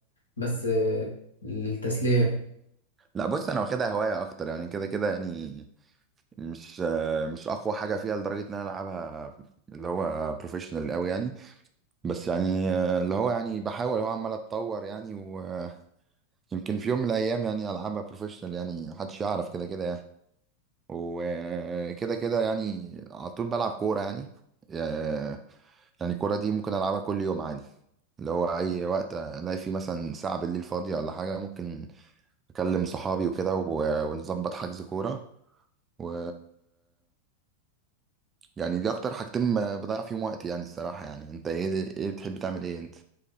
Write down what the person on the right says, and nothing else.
لا بص انا واخدها هوايه اكتر يعني كده كده يعني مش آه، مش اقوى حاجه فيها لدرجه ان انا العبها اللي هو بروفيشنال قوي يعني بس يعني آه، اللي هو يعني بحاول هو عمال اتطور يعني ويمكن في يوم من الايام يعني العبها بروفيشنال يعني محدش يعرف كده كده يعني وكده كده يعني على طول بلعب كوره يعني آه، يعني الكوره دي ممكن العبها كل يوم عادي اللي هو اي وقت الاقي فيه مثلا ساعه بالليل فاضيه ولا حاجه ممكن اكلم صحابي وكده و- ونظبط حجز كوره و يعني دي اكتر حاجتين ب- بضيع فيهم وقتي يعني الصراحة يعني انت ايه ايه بتحب تعمل ايه انت